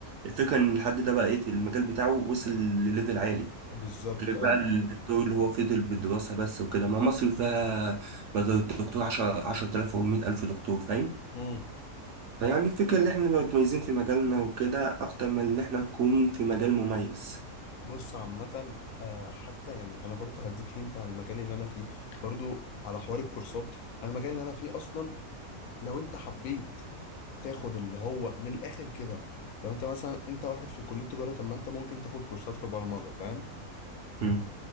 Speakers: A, on the right; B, on the left.
A: الفكرة إن الحد ده بقى إيه في المجال بتاعه وصل لليفل عالي
B: بالظبط
A: غير
B: أيوه
A: بقى الدكتور اللي هو فضل بالدراسة بس وكده ما مصر فيها بدل الدكتور عشر عشرة آلاف أو مية ألف دكتور فاهم
B: مم.
A: فيعني الفكرة إن إحنا نبقى متميزين في مجالنا وكده أكتر من إن إحنا نكون في مجال مميز
B: بص عامة آه، حتى يعني أنا برضه هديك هنت عن المجال اللي أنا فيه برضه على حوار الكورسات أنا المجال اللي أنا فيه أصلا لو أنت حبيت تاخد اللي هو من الآخر كده لو أنت مثلا أنت واحد في كلية تجارة طب ما أنت ممكن تاخد كورسات في برمجة فاهم
A: مم.